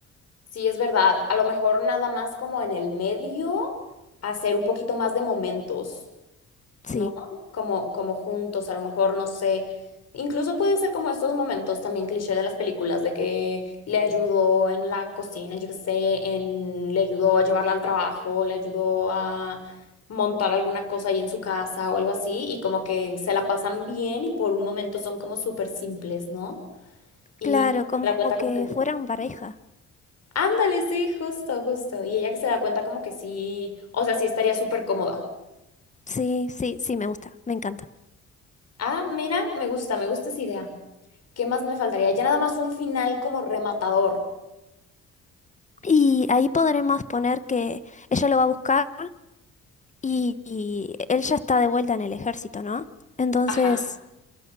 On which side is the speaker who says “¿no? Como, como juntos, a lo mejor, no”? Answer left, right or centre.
Left